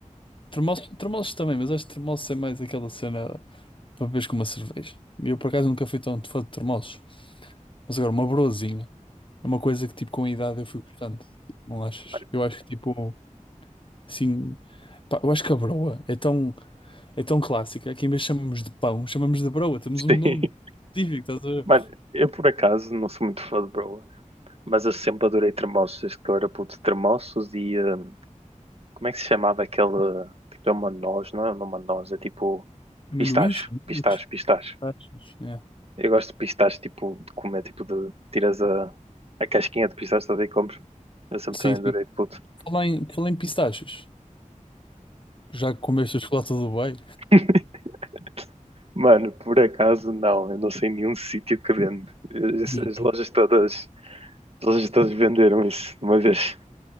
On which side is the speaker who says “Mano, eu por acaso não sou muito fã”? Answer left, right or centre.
Right